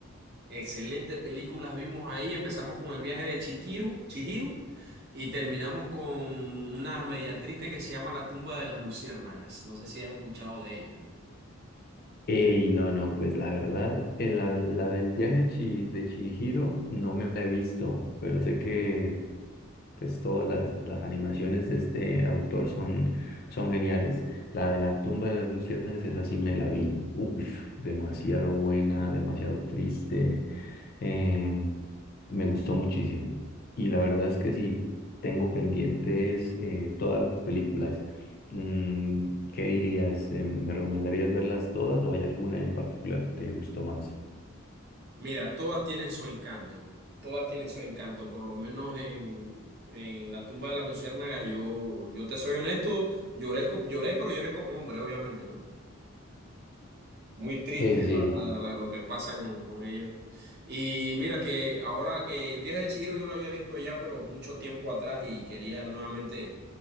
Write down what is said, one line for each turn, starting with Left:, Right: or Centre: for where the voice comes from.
Right: Excelentes películas vimos ahí. Empezamos con el viaje de Chikiru, Chihiro y terminamos con una media triste que se llama La tumba de las luciérnagas. No sé si has escuchado de ella.
Left: Ey, no, no, pues la verdad, eh, la, la del viaje de, Chi- de Chihiro no me la he visto, pero sé que pues todas las, las animaciones de este autor son, son geniales. La de la tumba de las luciernas, esa sí me la vi. Uf, demasiado buena, demasiado triste. eh, me gustó muchísimo. Y la verdad es que sí, tengo pendientes eh, todas las películas. Mm, ¿qué dirías? Eh, ¿me recomendarías verlas todas o hay alguna en particular que te gustó más?
Right: Mira, todas tienen su encanto. Todas tienen su encanto. Por lo menos en, en La tumba de las luciérnagas, yo, yo te soy honesto, lloré, co- lloré, pero lloré como hombre, obviamente, ¿no? Muy triste,
Left: Sí, sí, sí.
Right: la verdad, la- lo que pasa con, con ellos. Y mira que ahora que el viaje de Chihiro yo lo había visto ya, pero mucho tiempo atrás y quería nuevamente